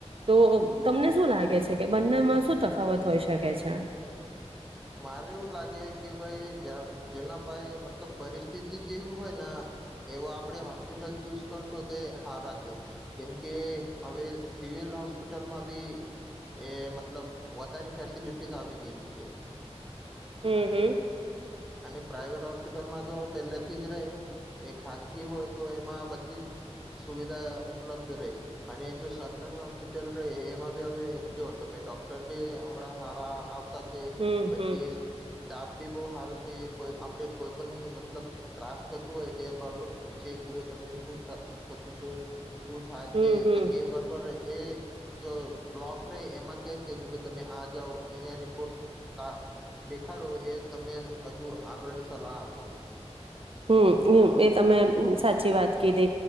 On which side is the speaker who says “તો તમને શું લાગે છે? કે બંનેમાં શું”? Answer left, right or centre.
Right